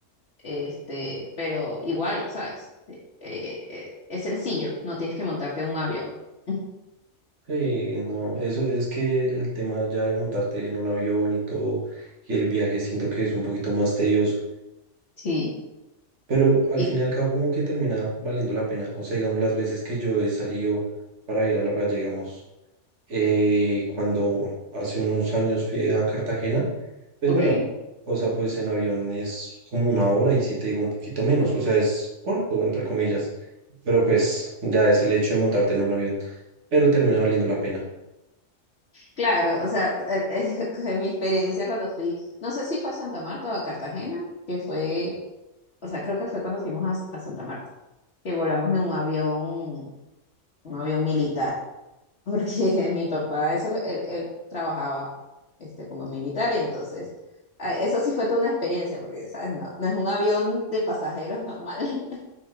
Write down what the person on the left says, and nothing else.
este, pero igual, ¿sabes? Eh, eh, es sencillo, no tienes que montarte en un avión. <laughs>
Sí,
y
Ok.
claro, o sea, eh, eh, <laughs> de mi experiencia cuando fui, no sé si fue a Santa Marta o a Cartagena, que fue, o sea, creo que fue cuando fuimos a, a Santa Marta, que volamos en un avión, un avión militar. porque <laughs> mi papá, eso, él, él trabajaba este, como militar y entonces, ah, eso sí fue toda una experiencia, porque, ¿sabes? No, no es un avión de pasajeros normal. <laughs>